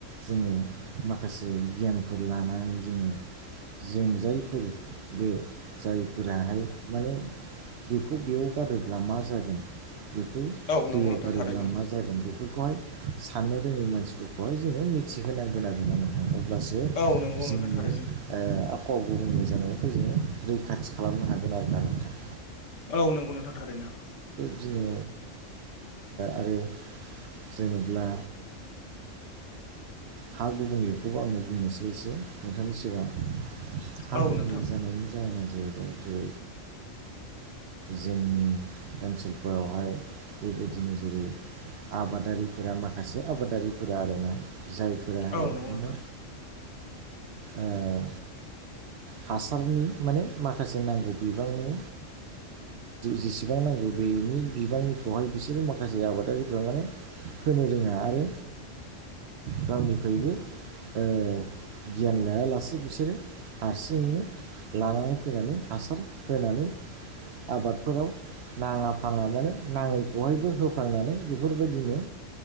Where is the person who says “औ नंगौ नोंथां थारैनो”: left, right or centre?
Left